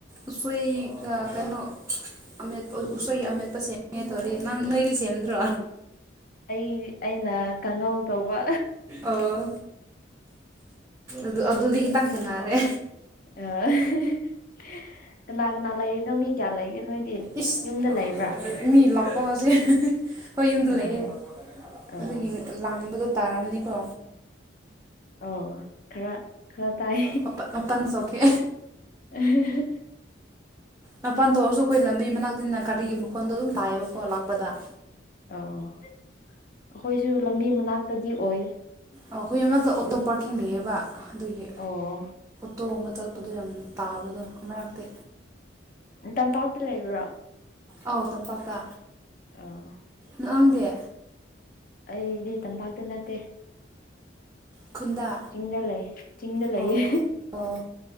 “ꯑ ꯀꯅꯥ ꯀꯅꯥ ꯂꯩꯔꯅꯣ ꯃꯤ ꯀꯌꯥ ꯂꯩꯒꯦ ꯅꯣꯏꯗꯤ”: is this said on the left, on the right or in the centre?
Left